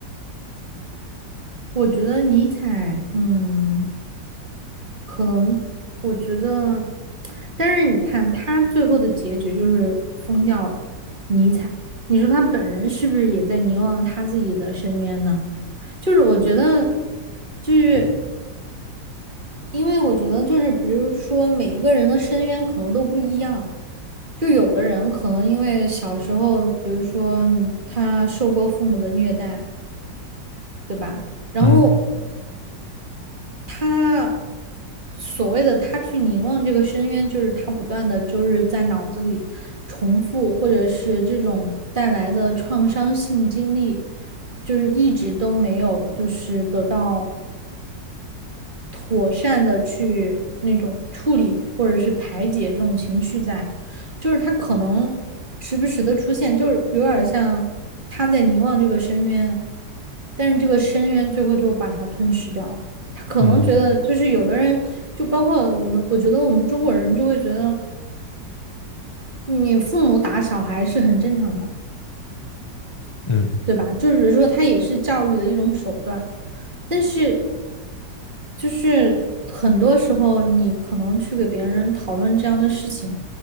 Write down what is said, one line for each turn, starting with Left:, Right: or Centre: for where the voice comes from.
Right: 我觉得尼采，嗯。可能我觉得，但是你看他最后的结局就是疯掉了，尼采。你说他本人是不是也在凝望他自己的深渊呢？就是我觉得，就是因为我觉得就是比如说每一个人的深渊可能都不一样，就有的人可能因为小时候，比如说你他受过父母的虐待，对吧？然后
Left: 嗯。
Right: 他所谓的他去凝望这个深渊，就是他不断的就是在脑子里重复，或者是这种带来的创伤性经历，就是一直都没有就是得到妥善的去那种处理或者是排解这种情绪在，就是他可能时不时的出现，就是有点像他在凝望这个深渊，但是这个深渊最后就把他吞噬掉了。他可能觉得，
Left: 嗯
Right: 就是有的人，就包括我们，我觉得我们中国人就会觉得，嗯你父母打小孩是很正常的。
Left: 嗯
Right: 对吧？就是说，它也是教育的一种手段，但是就是很多时候，你可能去给别人讨论这样的事情，